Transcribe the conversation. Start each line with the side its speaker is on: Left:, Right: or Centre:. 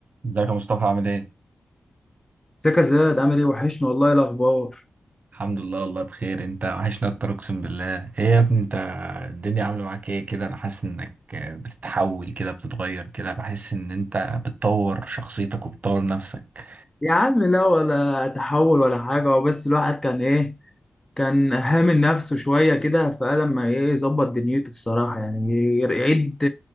Right: ازيك يا مصطفى عامل ايه؟
Left: ازيك يا زياد عامل ايه وحشني والله إيه الاخبار
Right: الحمد لله والله بخير انت وحشنا اكتر اقسم بالله ايه يا ابني انت الدنيا عامله معاك ايه كده انا حاسس انك بتتحول كده بتتغير كده بحس ان انت بتطور شخصيتك وبتطور نفسك
Left: يا عم لا ولا تحول ولا حاجه هو بس الواحد كان ايه كان هامل نفسه شويه كده فقال لما ايه يظبط دنيته الصراحه يعني يعيد